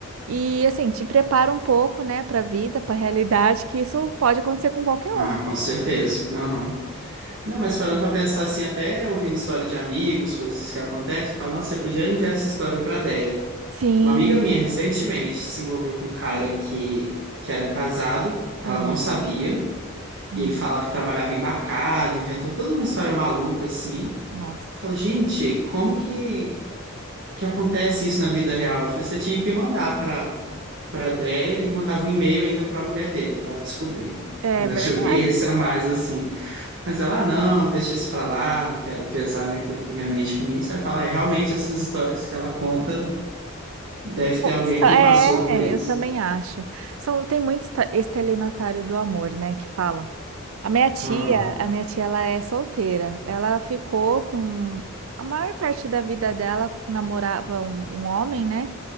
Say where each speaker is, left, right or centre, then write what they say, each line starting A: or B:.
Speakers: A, on the right (about 75°); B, on the right (about 60°).
A: e, assim, te prepara um pouco, né, para a vida, para a realidade, que isso pode acontecer com qualquer
B: Ah,
A: um.
B: com certeza. Aham. Não, mas parando pra pensar assim, até ouvindo história de amigos, coisas assim que acontecem, eu falo, nossa, eu podia enviar essa história pra Deia.
A: Sim.
B: Uma amiga minha recentemente se envolveu com um cara que, que era casado, ela
A: Ah,
B: não sabia.
A: hum,
B: E ele falava que trabalhava embarcado, inventou toda uma história maluca assim. Eu
A: Nossa.
B: falei, gente, como que, que acontece isso na vida real? Eu falei, você tinha que mandar pra, pra Déia e mandava um e-mail ainda pra mulher dele, pra ela descobrir.
A: É
B: Ainda
A: verdade.
B: joguei esse a mais assim. Mas ela, ah, não, deixa isso pra lá, não quero pesar minha, minha mente com isso. Aí fala, é, realmente essas histórias que ela conta, deve ter alguém
A: Só-
B: que
A: É,
B: passou por isso.
A: eu também acho. São, tem muito esta- estelionatário do amor, né, que falam. A minha tia,
B: Aham,
A: a minha tia, ela é solteira. Ela ficou com a maior parte da vida dela namorava um, um homem, né?